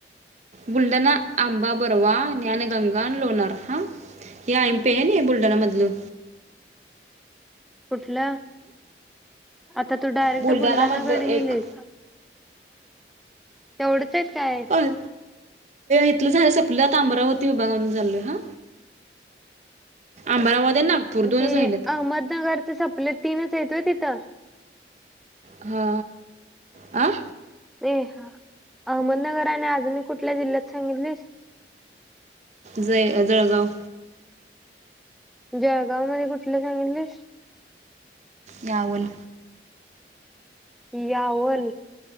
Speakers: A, on the right; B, in the centre.
A: बुलढाणा, आंबा बरवा, ज्ञानगंगा, लोणार हा हे आयं पी आहे नाही बुलढाणा मधल,
B: कुठल आता तू डायरेक्ट
A: बुलढाणामधलं
B: बुलढाणाकडे
A: एक
B: गेलेस. तेवढंच आहेत. काय?
A: अं, इथलं झाल सपल, आता अमरावती विभागा कड चालोय हां. अमरावती आणि नागपूर दोनच
B: ते
A: राहिलेत
B: अहमदनगरच सपल तीनच आहेत होय ति थ?
A: हां, हां, आ?
B: ए हा अहमदनगर आणि अजून कुठल्या जिल्ह्यातल सांगितलीस?
A: जय जळगाव.
B: जळगाव मध्ये कुठल सांगितलीस.
A: यावल.
B: यावल,